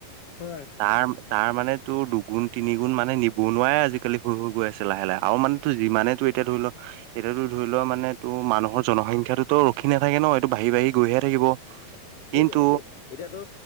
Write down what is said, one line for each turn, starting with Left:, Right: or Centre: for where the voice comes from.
Left: হয়।
Right: তাৰ-তাৰ মানে তোৰ দুগুণ, তিনি গুণ মানে নিবনুৱাই আজিকালি হৈ হৈ গৈ আছে লাহে লাহে আৰু মান টোৰ যিমানেটো এতিয়া ধৰি ল' এতিয়াতো ধৰি ল' মানে তোৰ মানুহৰ জনসংখ্যাটোতো ৰখি নাথাকে নহ, এইটো বাঢ়ি বাঢ়ি গৈহে থাকিব। কিন্তু
Left: সেইটোৱে-এইটোৱে এতিয়াতো